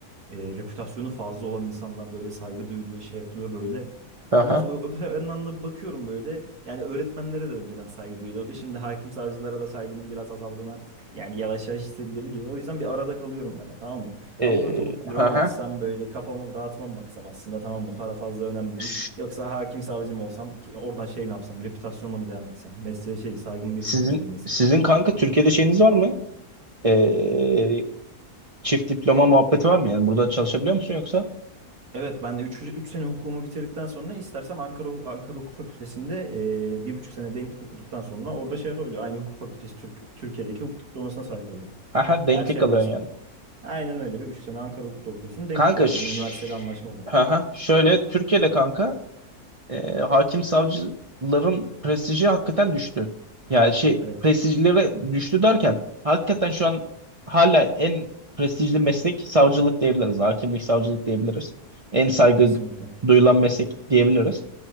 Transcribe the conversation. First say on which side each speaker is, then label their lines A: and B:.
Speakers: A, on the right; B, on the right.
A: e, reputasyonu fazla olan insanlar böyle saygı duyuluyor, şey yapılıyor böyle.
B: ha.
A: Ama o öte yandan da bakıyorum böyle yani öğretmenlere de önceden saygı duyuluyordu. Şimdi hakim savcılara da saygının biraz azaldığını artık yani yavaş yavaş hissedilebiliyor. O yüzden bir arada kalıyorum ben de tamam mı?
B: E,
A: Avukat olup büromu
B: ha
A: açsam böyle kafamı rahatıma mı baksam aslında tamam mı? Para fazla önemli
B: ha.
A: değil. Yoksa hakim savcı mı olsam ki oradan şey mi yapsam reputasyonla mı devam etsem? Mesleğe şey saygın birisi
B: Sizin
A: mi olsam meslek
B: sizin kanka Türkiye'de şeyiniz var mı? Ee, çift diploma muhabbeti var mı? Yani burada çalışabiliyor musun yoksa?
A: Evet ben 3 üç, üç sene hukumu bitirdikten sonra istersem Ankara Ankara Hukuk Fakültesi'nde e, bir buçuk sene denklik okuduktan sonra orada şey yapabiliyorum Aynı hukuk fakültesi Türk, Türkiye'deki hukuk diplomasına sahip oluyorum.
B: Haha denklik
A: Eğer şey yaparsam.
B: alıyorsun yani.
A: Aynen öyle bir buçuk sene Ankara Hukuk'ta okuyorsun denklik
B: Kanka
A: oluyor.
B: şş-
A: Bizim üniversiteyle anlaşma olan.
B: haha, şöyle Türkiye'de kanka e, hakim savcıların prestiji hakikaten düştü. Yani şey
A: Evet
B: prestijlere düştü derken hakikaten şu an hala en prestijli meslek savcılık diyebiliriz. Hakimlik savcılık diyebiliriz. En saygı
A: kesinlikle.
B: duyulan meslek diyebiliriz.